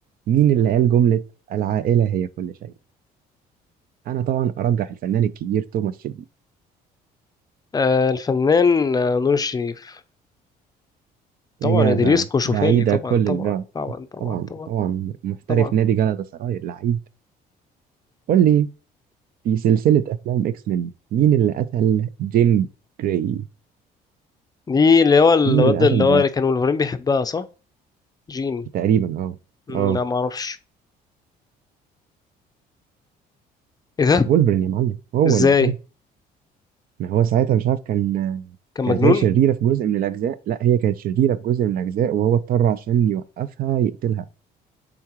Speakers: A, on the right; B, on the left.
A: مين اللي قال جملة العائلة هي كل شيء أنا طبعا أرجح الفنان الكبير توماس شيلبي
B: آه، الفنان آه، نور الشريف طبعا
A: إجابة
B: إدريس كوشوفالي
A: بعيدة
B: طبعا
A: كل
B: طبعا
A: البعد
B: طبعا طبعا
A: طبعا
B: طبعا
A: طبعا محترف
B: طبعا
A: نادي جلطة سراي اللعيب قول لي في سلسلة أفلام إكس مين مين اللي قتل جيم جراي
B: دي اللي هو الواد
A: مين اللي قتل
B: اللي هو
A: جيم
B: اللي كان ولفرين بيحبها صح جين
A: تقريبا أه
B: مم،
A: أه
B: لا ما اعرفش ايه ده
A: وولفرين يا معلم هو
B: ازاي
A: اللي قتله ما هو ساعتها مش عارف كان
B: كان
A: كانت
B: مجنون
A: هي شريرة في جزء من الأجزاء لا هي كانت شريرة في جزء من الأجزاء وهو اضطر عشان يوقفها يقتلها